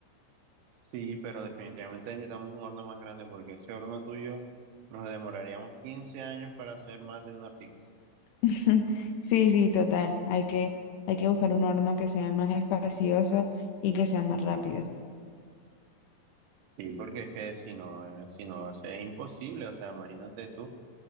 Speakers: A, on the right; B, on the left.
A: Sí, pero definitivamente necesitamos un horno más grande porque ese horno tuyo nos demoraríamos 15 años para hacer más de una pizza.
B: <laughs> Sí, sí, total. Hay que, hay que buscar un horno que sea más espacioso y que sea más rápido.
A: Sí, porque es que si no, eh, si no, o sea, es imposible. O sea, imagínate tú,